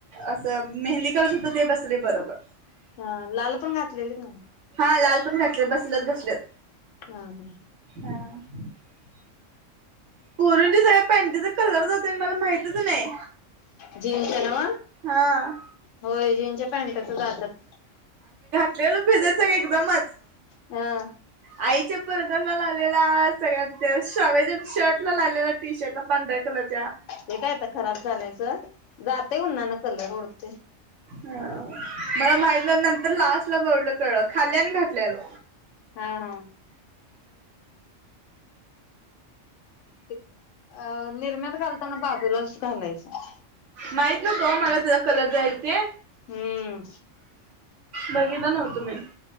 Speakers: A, on the right (about 70°); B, on the left (about 75°).
A: असं मेहंदी कलर होत ते बसलय बरोबर
B: हा लाल पण घातलेलीत नव
A: हा लाल पण घातलय बसलत बसलत
B: हा हा
A: ऍ पोरींच्या सगळ्या पॅटीचा कलर जातोय आणि मला माहीतीच नाही
B: जीनच्या नव
A: हा
B: होय जीनच्या पॅन्टच जातात
A: लई लोकं भिजत सगळे एकदमच
B: हा
A: आईच्या परकरला लावलेला सगळ्या त्यो शव्याच्या शर्टला लावलेला टी शर्टला पांढऱ्या कलरचा
B: ते काय आता खराब झालय सोड जातय उनान कलर उडत
A: हा मला माहित नाही नंतर तर लास्ट ला बडलतो, खाली आणि घातल्यालं
B: हा हा इथ अ निरम्यात घालताना बाजूलाच घालायचं
A: माहित नव्हतं हो मला त्याचा कलर जाईल ते
B: हम्म
A: बघितलं नव्हतो मी